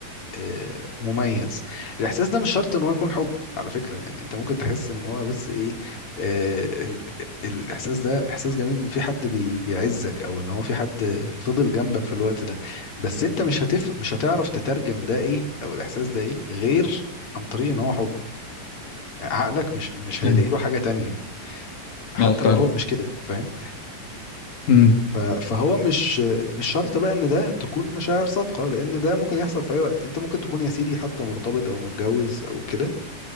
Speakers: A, on the left; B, on the left.
A: آه، مميز الاحساس ده مش شرط ان هو يكون حب على فكره يعني انت ممكن تحس ان هو بس ايه آه، ال- الاحساس ده احساس جميل ان في حد بي- بيعزك او ان هو في حد فضل جنبك في الوقت ده بس انت مش هتف مش هتعرف تترجم ده ايه او الاحساس ده ايه غير عن طريق ان هو حب يعني عقلك مش مش هيلاقي
B: ايوه
A: له حاجه تانية حتى
B: اه فعلا
A: لو هو مش كده فاهم
B: امم
A: ف- فهو مش مش شرط بقى ان ده تكون مشاعر صادقه لان ده ممكن يحصل في اي وقت انت ممكن تكون يا سيدي حتى مرتبط او متجوز او كده